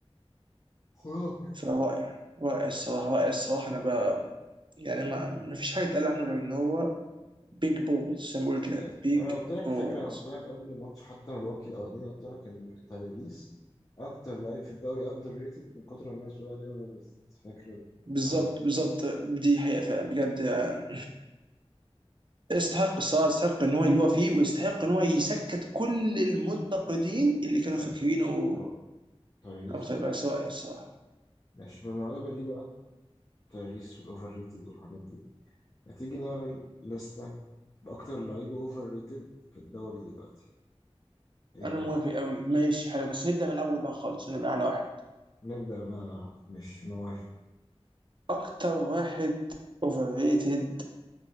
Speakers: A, on the left (about 35°); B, on the right (about 50°).
A: خرافي
B: فرائع رائع الصراحة رائع الصراحة أنا يعني ما ما فيش حاجه اتقال عنه غير ان هو بيج بولز زي ما بيقولوا كده
A: يس.
B: بيج
A: انا قلت لك
B: بولز
A: فاكر انا قلت لك قبل ماتش حتى ملواكي الاولاني قلت لك ان تايريس اكتر لعيب في الدوري اندر ريتد من كتر الناس بتقول عليه اوفر ريتد فاكر
B: بالظبط
A: الحوار ده
B: بالظبط دي حقيقه فعلا بجد يعني يستحق الصراحه يستحق ان هو اللي هو فيه ويستحق ان هو يسكت كل المنتقدين اللي كانوا
A: يس.
B: فاكرينه
A: خرافي تايريس
B: أبو طيب
A: خرافي
B: بقى سواء الصراحه
A: ماشي بالمناسبة دي بقى تايريس والاوفر ريتد والحاجات دي هتيجي نعمل لستة باكتر لعيبة اوفر ريتد في الدوري دلوقتي ايه
B: انا
A: رأيك
B: موافق قوي ماشي حلو بس نبدا من الاول بقى خالص نبدا من اعلى واحد
A: نبدأ من انا واحد ماشي انا موافق
B: اكتر واحد اوفر ريتد